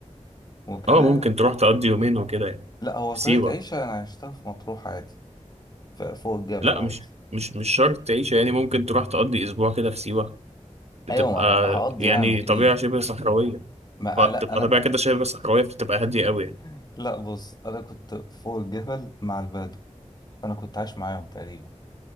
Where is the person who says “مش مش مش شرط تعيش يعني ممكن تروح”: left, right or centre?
Right